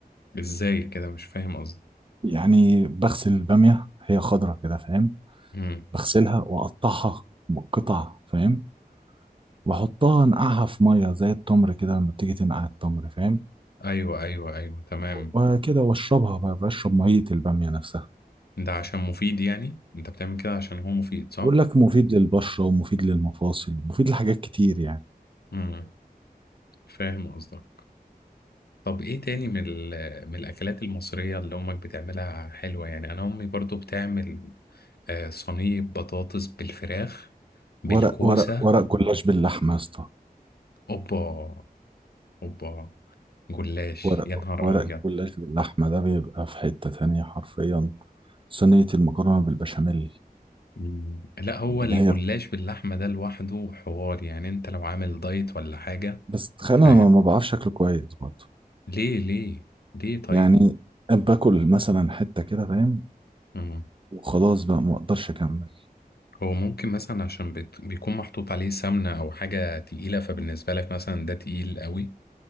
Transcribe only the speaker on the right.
يعني بغسل البامية هي خضرة كده فاهم
بغسلها وأقطعها قطع فاهم وأحطها أنقعها في مية زي التمر كده لما بتيجي تنقع التمر فاهم
وكده وأشربها بقى بشرب مية البامية نفسها
بقول لك مفيد للبشرة ومفيد للمفاصل مفيد لحاجات كتير يعني
ورق ورق ورق جلاش باللحمة يا اسطى
ورق
ورق
جلاش باللحمة ده بيبقى في حتة تانية حرفيا صينية المكرونة بالبشاميل
اللي هي
بس تخيل
أنا ما ما بعرفش أكله كويس برضه
يعني باكل مثلا حتة كده فاهم
وخلاص بقى ما اقدرش اكمل